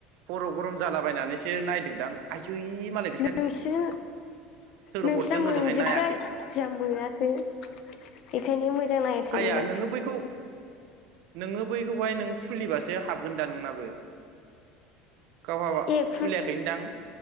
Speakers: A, on the right; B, on the left.
A: खर' गरम जालाबायनानैसो नायदोंदां आययै मालाय बेस
B: नोंसोरो नोंस्रा
A: हरदों
B: मोनजोब्बाय
A: ओजोंहाय नायाखै
B: जा मोनाखै बेखायनो मोज मोजां नायाखैमोन
A: आइया
B: आं
A: नोङो बैखौ नोङो बैखौहाय नों खुलिबासो हाबगोन दा नोंनाबो। गावहाबा
B: ए खु
A: खुलियाखै ओनदां